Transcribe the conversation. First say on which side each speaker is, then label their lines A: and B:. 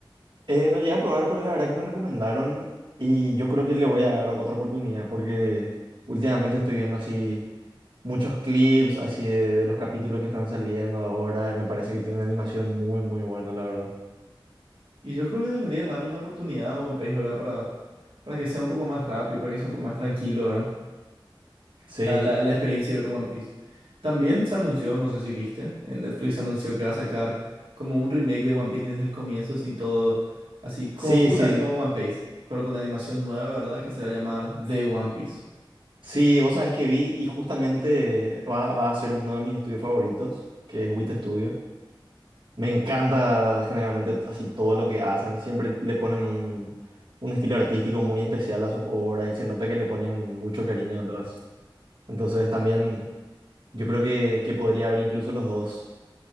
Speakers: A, on the right (about 65°); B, on the right (about 80°).
A: eh, no llegué a probar, pero la verdad que me recomendaron y yo creo que le voy a dar otra oportunidad porque últimamente estoy viendo así muchos clips así de, de los capítulos que están saliendo ahora y me parece que tiene una animación muy, muy buena, la verdad.
B: Y yo creo que deberías darle una oportunidad a One Piece, ¿verdad? Para, para que sea un poco más rápido, para que sea un poco más tranquilo, ¿verdad?
A: Sí,
B: La, la- la experiencia de ver One Piece. También se anunció, no sé si viste, en Netflix se anunció que va a sacar como un remake de One Piece desde el comienzo, sin todo, así como
A: sí,
B: justamente
A: sí.
B: como One Piece, pero con animación nueva, ¿verdad? Que se va a llamar The One Piece.
A: Sí, vos sabés que vi y justamente va, va a ser uno de mis estudios favoritos, que es WIT Studio. Me encanta generalmente así todo lo que hacen. Siempre le ponen un, un estilo artístico muy especial a sus obras y se nota que le ponen mucho cariño detrás. Entonces también yo creo que, que podría haber incluso los dos,